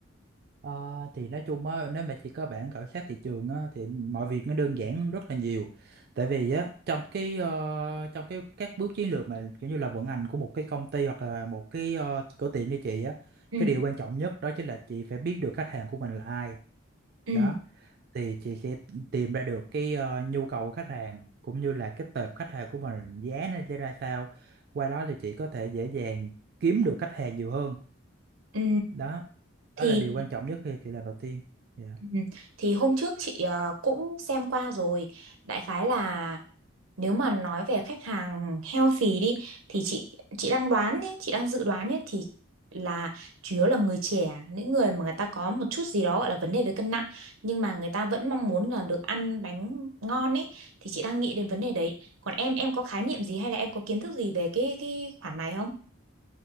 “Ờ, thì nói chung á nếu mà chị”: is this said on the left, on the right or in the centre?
Right